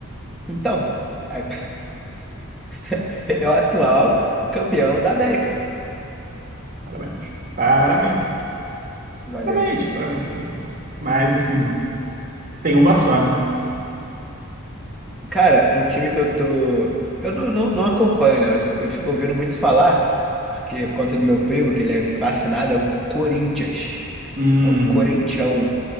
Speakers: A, in the centre; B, on the right.
A: Então, é- <laughs> ele é o atual campeão da América.
B: Parabéns. Parabéns.
A: Valeu,
B: Parabéns,
A: né?
B: parabéns, parabéns. Mas, assim, tem uma só, né?
A: Cara, um time que eu tô. Eu não, não, não acompanho, né? Mas eu, eu fico ouvindo muito falar, porque por conta do meu primo, que ele é fascinado, é o Corinthians.
B: Hum,
A: É o Corinthião.